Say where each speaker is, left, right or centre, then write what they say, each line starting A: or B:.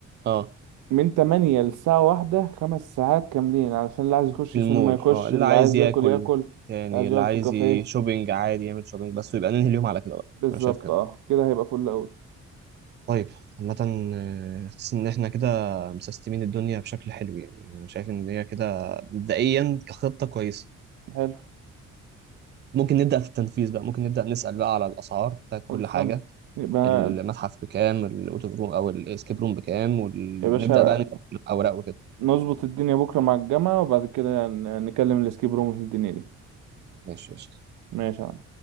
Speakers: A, on the right; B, on the right.
A: اه
B: من تمانية للساعة واحدة خمس ساعات كاملين علشان اللي عايز يخش
A: المول
B: السينما يخش
A: اه اللي
B: اللي
A: عايز
B: عايز
A: ياكل
B: ياكل ياكل اللي
A: تاني
B: عايز
A: اللي
B: يقعد
A: عايز
B: في كافيه
A: ي- شوبينج عادي يعمل شوبينج بس ويبقى ننهي اليوم على كده بقى
B: بالظبط
A: انا شايف كده
B: اه كده هيبقى فل أوي
A: طيب عامة آه، حاسس ان احنا كده مسستمين الدنيا بشكل حلو يعني انا شايف ان هي كده مبدئيا كخطة كويسة
B: حلو
A: ممكن نبدأ في التنفيذ بقى ممكن نبدأ نسأل بقى على الأسعار بتاعت
B: خلصان
A: كل حاجة
B: يبقى
A: المتحف بكام الأوتوف روم أو الإسكيب روم بكام ونبدأ
B: يا باشا
A: بقى نكتب الأوراق وكده
B: نظبط الدنيا بكرة مع الجامعة وبعد كده ن- نكلم الاسكيب روم في الدنيا دي
A: ماشي قشطة.
B: ماشي يا عم